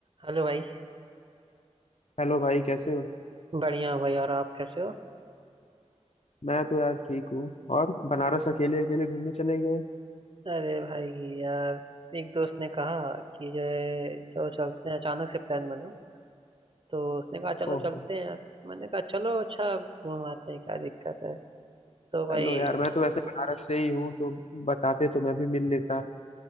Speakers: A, on the right; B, on the left.
A: Hello भाई
B: हेलो भाई कैसे हो
A: बढ़िया हूँ भाई और आप कैसे हो
B: मैं तो यार ठीक हूँ और बनारस अकेले अकेले घूमने चले गए
A: अरे भाई यार एक दोस्त ने कहा कि जो है चलो चलते हैं अचानक से प्लान बना तो उसने कहा चलो
B: ओहो
A: चलते हैं यार मैंने कहा चलो अच्छा घूम आते हैं क्या दिक्कत है तो भाई
B: चलो यार मैं तो वैसे बनारस से ही हूँ तो बताते तो मैं भी मिल लेता